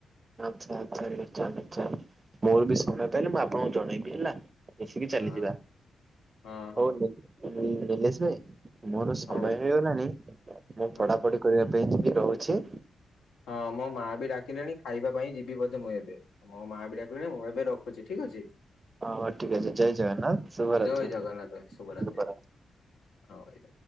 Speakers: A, on the right; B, on the left.
A: ଆଚ୍ଛା ଆଚ୍ଛା ନିଶ୍ଚୟ ନିଶ୍ଚୟ ମୋର ବି ସମୟ ପାଇଲେ ମୁଁ ଆପଣଙ୍କୁ ଜଣେଇବି ହେଲା। ମିଶିକି ଚାଲିଯିବା
B: ହଁ ହଁ ହଁ
A: ହଉ ନି-ନିଲେଶ ଭାଇ। ମୋର ସମୟ
B: ହଁ
A: ହେଇଗଲାଣି ମୁଁ
B: ହଁ।
A: ପଢାପଢି କରିବା ପାଇଁ ଯିବି ରହୁଛି।
B: ହଁ ମୋ ମା ବି ଡାକିଲେଣି ଖାଇବା ପାଇଁ ଯିବି ବୋଧେ ମୁଁ ଏବେ। ମୋ ମା ବି ଡାକିଲାଣି ମୁଁ ଏବେ ରଖୁଛି ଠିକ୍ ଅଛି।
A: ହଁ ଠିକ ଅଛି ଜୟ ଜଗନ୍ନାଥ ଶୁଭରାତ୍ରି
B: ଜୟ ଜଗନ୍ନାଥ ଭାଇ ଶୁଭ
A: ଶୁଭରାତ୍ରି।
B: ରାତ୍ରି ହଁ ଭାଇ